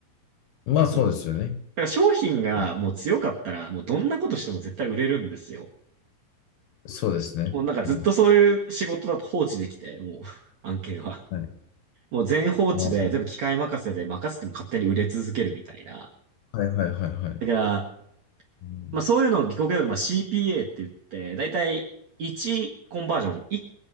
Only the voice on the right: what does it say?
結局だか
ら商品がもう強かったら、
もうどんなことしても絶対売れるんですよ。
もうなんかずっとそういう仕事だと放置できて、
もう <laughs> 案件は。
もう全放置で、
全部機械任せで任せても勝手に売れ続けるみたいな。
だから、
まあそういうのを技巧系で、まあ CPA って言って、だいたい1コンバージョン、い